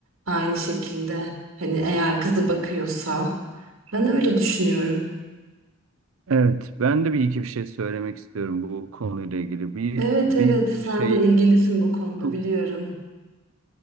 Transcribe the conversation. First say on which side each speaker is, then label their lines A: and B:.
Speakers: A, on the right (about 65°); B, on the right (about 80°).
A: aynı şekilde. Hani eğer kızı bakıyorsa ben öyle düşünüyorum.
B: Evet ben de bir iki bir şey söylemek istiyorum bu konuyla ilgili. Bir,
A: Evet
B: bir
A: evet sen
B: şey
A: de ilgilisin bu konuda
B: tu-
A: biliyorum.